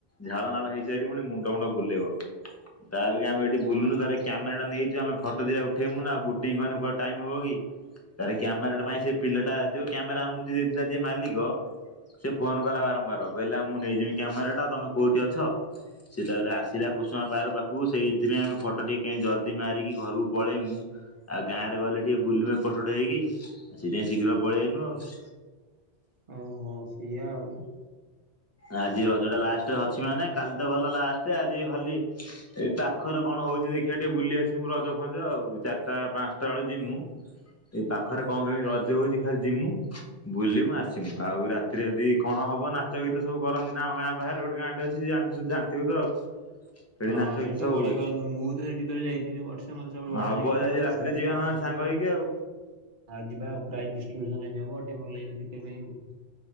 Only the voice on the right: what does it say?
ହଁ।
ଓହୋ ସେୟା ଆଉ।
ଓଁ
ହଁ ସେଠି
ତ
ବଢିଆ
କରନ୍ତି, ମୁଁ ତ ସେଠିଥରେ ଯାଇଥିଲି ବର୍ଷେ ମତେ ସବୁଠୁ ବଢିଆ
ଲାଗିଲା।
ଘରେ
ନଥିଲି।
ଆଉ ଯିବା ଆଉ ପ୍ରାଇଜ ଡିଷ୍ଟ୍ରିବ୍ୟୁସନ ଆଜି ହବ ଟିକେ ଭଲ ଲାଗିବ ଦେଖିବା ପାଇଁ ଆଉ।